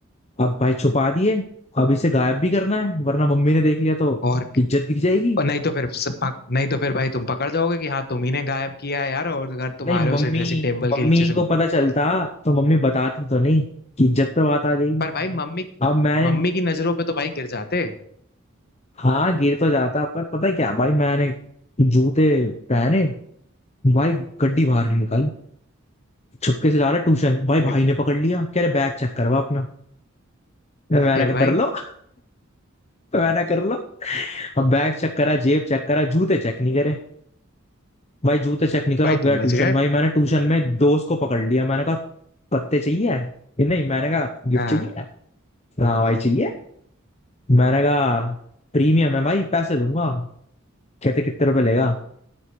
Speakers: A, on the left; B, on the left.
A: अब भाई छुपा दिए अब इसे गायब भी करना है वरना मम्मी ने देख लिया तो
B: और क-
A: इज्जत गिर जाएगी
B: और नहीं तो फिर सब पक, नहीं तो फिर भाई तुम पकड़ जाओगे कि हाँ तुम ही ने गायब किया है यार और अगर तुम्हारे
A: नहीं मम्मी
B: उसे ड्रेसिंग टेबल
A: मम्मी
B: के नीचे से मैं
A: को पता चलता तो मम्मी बताती तो नहीं कि इज्जत पे बात आ जाएगी
B: पर भाई मम्मी
A: अब मैंने
B: मम्मी की नजरों पे तो भाई गिर जाते
A: हाँ गिर तो जाता पर पता है क्या भाई मैंने जूते पहने भाई गड्डी बाहर निकाली छुपके से जा रहा ट्यूशन भाई
B: अरे
A: भाई ने पकड़ लिया कह रहे बैग चेक करवा अपना मैंने
B: फिर
A: कहा
B: भाई
A: कर लो <laughs> मैंने कहा, कर लो अब बैग चेक करा जेब चेक करा जूते चेक नहीं करे भाई जूते चेक नहीं करा
B: भाई
A: गया
B: तुम
A: ट्यूशन
B: बच गए
A: भाई मैंने ट्यूशन में दोस्त को पकड़ लिया मैंने कहा पत्ते चाहिए ये नहीं मैंने कहा गिफ्ट
B: हाँ
A: चाहिए हाँ भाई चाहिए मैंने कहा प्रीमियम है भाई पैसे दूंगा कहते कितने रुपए लेगा